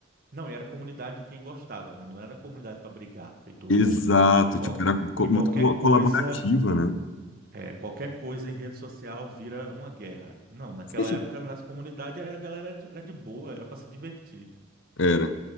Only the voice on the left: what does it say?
Exato,
tipo, era co-
muito co-
colaborativa, né?
Você acha-
Era.